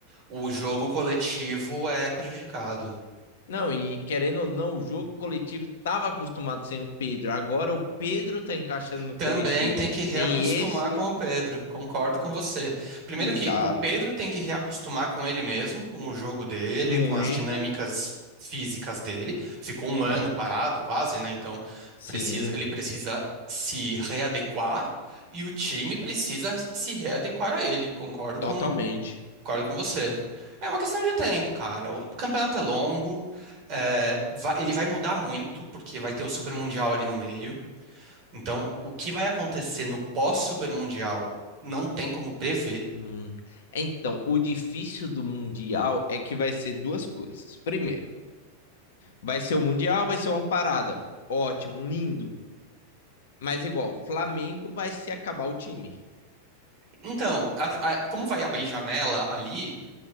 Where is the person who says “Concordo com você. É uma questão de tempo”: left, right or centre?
Right